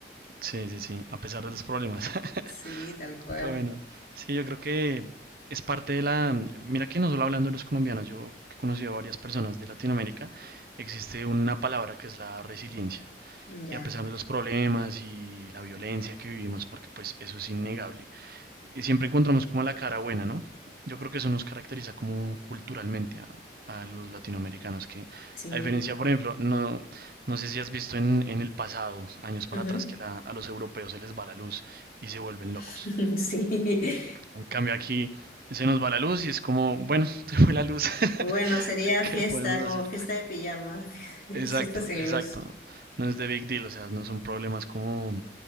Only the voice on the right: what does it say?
Sí, sí, sí, a pesar de los problemas. <laughs>
Pero bueno, sí, yo creo que es parte de la... Mira que no solo hablando de los colombianos, yo he conocido a varias personas de Latinoamérica, existe una palabra que es la resiliencia.
y a pesar de los problemas y la violencia que vivimos, porque pues eso es innegable, eh, siempre encontramos como la cara buena, ¿no? Yo creo que eso nos caracteriza como culturalmente a, a los latinoamericanos, que
a diferencia, por ejemplo, no, no sé si has visto en, en el pasado, años para
atrás, que la- a los europeos se les va la luz y se vuelven
locos.
En cambio aquí se nos va la luz y es como, bueno, <laughs> se fue la luz, <laughs>
¿qué
podemos
hacer?
Exacto,
exacto.
No es de big deal, o sea, no son problemas como